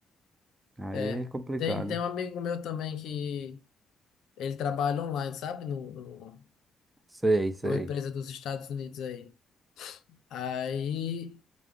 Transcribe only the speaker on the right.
Aí
é complicado.
Sei, sei.